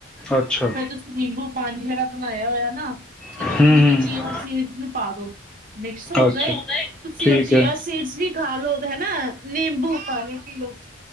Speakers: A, in the centre; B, on the right (about 40°).
A: ਅੱਛਾ
B: ਫਿਰ ਤੁਸੀਂ ਨਿੰਬੂ ਪਾਣੀ ਜਿਹੜਾ ਬਣਾਇਆ ਹੋਇਆ ਨਾ ਤੁਸੀਂ
A: ਹੂੰ
B: ਉਹਦੇ ਵਿੱਚ
A: ਹੂੰ
B: ਚੀਆ ਸੀਡਸ ਨੂੰ ਪਾਦੋ ਮਿਕਸ ਹੋ
A: ਅੱਛਾ
B: ਗਏ ਤੁਸੀਂ
A: ਠੀਕ
B: ਉਹ ਚੀਆ
A: ਹੈ
B: ਸੀਡਸ ਵੀ ਖਾ ਲਓ ਹਨਾ ਨਿੰਬੂ ਪਾਣੀ ਪੀ ਲਓ